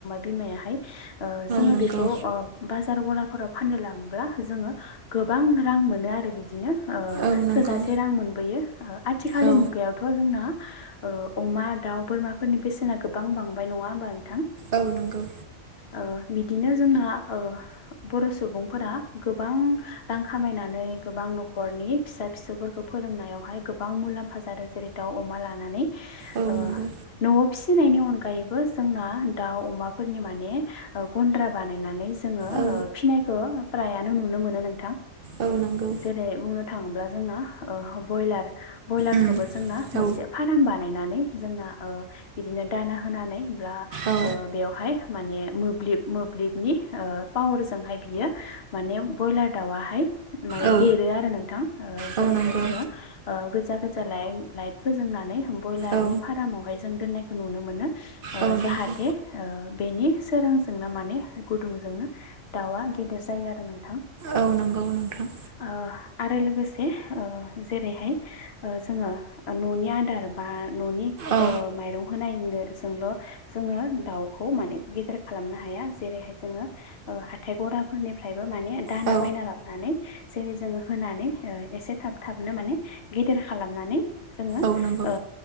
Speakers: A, on the left; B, on the right.
A: बिमायाहाय ओ जोङो
B: नंगौ
A: बिखौ ओ बाजार गला फोराव फाननो लाङोब्ला जोङो गोबां रां मोनो आरो बिदि बिदिनो ओ
B: औ नंगौ
A: थोजासे रां मोनबोयो आथिखालनि
B: औ
A: मुगायावथ' जोंना ओ अमा दाउ बोरमाफोरनि बेसेना गोबां बांबाय नङा होमबा नोंथां
B: औ नोंगौ
A: ओ बिदिनो जोंहा ओ ओ बर' सुबुंफोरा गोबां रां खामायनानै गोबां न'खरनि फिसा फिसौफोरखौ फोरोंनायावहाय गोबां मुलाम्फा जादों जेरै दाउ अमा लानानै ओ
B: औ नंगौ
A: न'आव फिसिनायनि अनगायैबो जोंना दाउ अमाफोरनि माने ओ गन्द्रा बानायनानै जोङो
B: औ
A: ओ फिनायखौ फ्रायानो नुनो मोनो नों
B: औ नंगौ
A: जेरै बुंनो थाङोब्ला जोंना ब्रयलार बयलारखौबो
B: उम
A: जोंना
B: औ
A: मोनसे फार्म बानायनानै जोंना ओ बिदिनो दाना होनानै ब्ला
B: औ
A: ओ बेवहाय माने मोब्लिब मोब्लिबनि ओ पावारजोंहाय बियो माने बयलार दावाहाय माने
B: औ
A: देरो आरो नोंथां ओ जेरैहाय
B: औ नंगौ
A: जोङो ओ गोजा गोज जा लायट लाइट फोजोंनानै बयलारनि
B: औ
A: फारामावहाय जों दोन्नायखौ नुनो मोनो ओ
B: औ नोंगौ
A: जाहाथे ओ बेनि सोरांजोंनो माने गुदुंजोंनो दाउआ गेदेर जायो आरो नोंथां
B: औ नंगौ नोंथां
A: ओ आरो लोगोसे जेरैहाय जोङो न'नि आदार बा न'नि
B: औ
A: ओ माइरं होनाय जोंल' जोङो दाउखौ माने गेदेर खालामनो हाया जेरैहाय जोङो ओ हाथाय गराफोरनिफ्राय माने दाना
B: औ
A: बायना लाबोनानै जेरै जोङो होनानै ओ एसे थाब थाबनो माने गेदेर खालामनानै जोङो
B: औ नंगौ
A: ओ